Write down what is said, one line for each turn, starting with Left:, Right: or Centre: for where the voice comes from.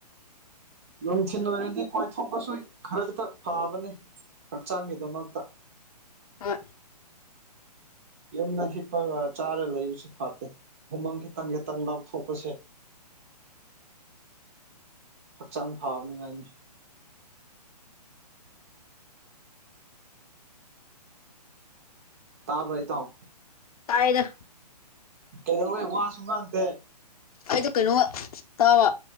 Right: ꯌꯅꯨꯡꯊꯤꯟ ꯑꯣꯏꯔꯗꯤ ꯀꯣꯏꯊꯣꯛꯄꯁꯨ ꯈꯔ ꯈꯛꯇ ꯐꯕꯅꯤ ꯍꯛꯆꯥꯡꯒꯤꯗꯃꯛꯇ
Left: ꯑ
Right: ꯌꯨꯝꯗ ꯍꯤꯞꯄꯒ ꯆꯥꯔ ꯂꯩꯕꯁꯨ ꯐꯠꯇꯦ ꯎꯨꯃꯪ ꯈꯤꯇꯪ ꯈꯤꯇꯪ ꯂꯥꯎꯊꯣꯛꯄꯁꯦ <unintelligible> ꯍꯛꯆꯥꯡ ꯐꯅꯤꯉꯥꯏꯅꯤ ꯇꯕ꯭ꯔꯥ ꯏꯇꯥꯎ
Left: ꯇꯥꯏꯗ
Right: ꯀꯩꯗꯧ ꯋꯥꯍ ꯁꯨꯡꯒ ꯅꯁꯦ
Left: ꯑꯩꯗ ꯀꯩꯅꯣ ꯇꯥꯕ